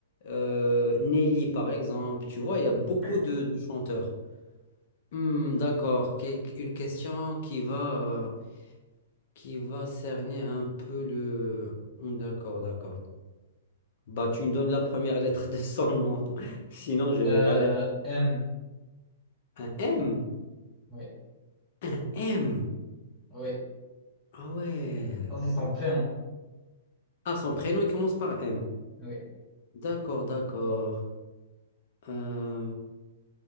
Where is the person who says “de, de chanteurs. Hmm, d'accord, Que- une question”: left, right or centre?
Left